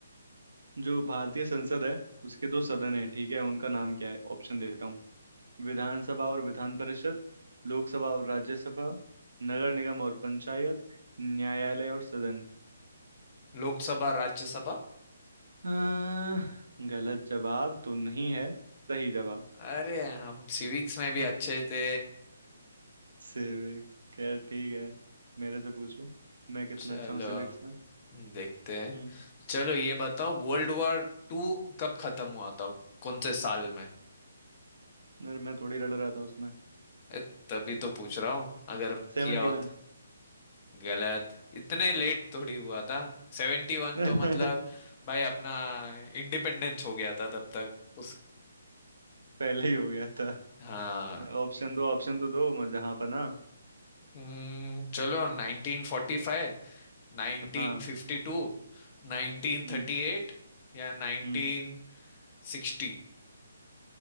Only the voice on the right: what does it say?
जो भारतीय संसद है उसके दो सदन है ठीक है उनका नाम क्या है ऑप्शन देता हूँ विधानसभा और विधान परिषद लोकसभा और राज्यसभा नगर निगम और पंचायत न्यायालय और सदन
अं, गलत जवाब तो नहीं है सही जवाब
<laughs>
सिविक्स खैर ठीक है मेरे से पूछो मैं कितना
अच्छा हूँ सिविक्स में
हम्म
अरे मैं थोड़ी रल रहा था उसमें
और
सेवेंटी
वन
<laughs>
पहले ही हो गया था
ऑप्शन दो ऑप्शन तो दो मैं जहाँ पर ना
हाँ
हम्म
हम्म